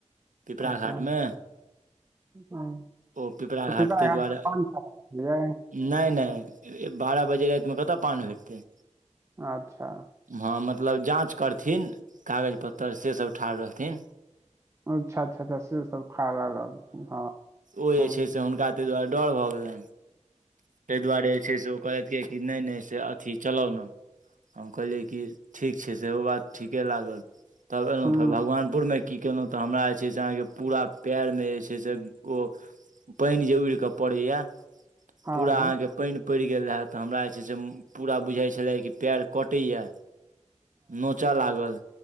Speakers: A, on the right; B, on the right.
A: पिपरा
B: अच्छा
A: घाट मे
B: तऽ
A: ओ पिपरा
B: पिपर
A: घाट ते
B: आगाँ
A: दुआरे
B: पान खा रहलियै
A: नहि नहि बारह बजे रातिमे कतय पान भेटतै
B: अच्छा
A: हँ मतलब जाँच करथिन कागज पत्तर से सब ठार रहथिन
B: अच्छा अच्छा सेसभ ठार रहल हँ
A: ओ जे
B: ह्म
A: छै से हुनका ताहि दुआरे डर भऽ गेलैन ताहि दुआरे जे छै से ओ कहथि कि नई नई से अथी चलब ने हम कहलियै कि ठीक छै सेहो बात ठीके लागल तब एलहुँ
B: हँ
A: फेर भगवानपुरमे की कयलहुँ तऽ हमरा जे छै से अहाँके पूरा पएरमे जे छै से ओ पानि जे उड़ के पड़ैया
B: हँ
A: पूरा अहाँके पानि पैड़ गेल रहे तऽ हमरा जे छै से पूरा बुझााय छलै कि पैर कटैया नोचय लागल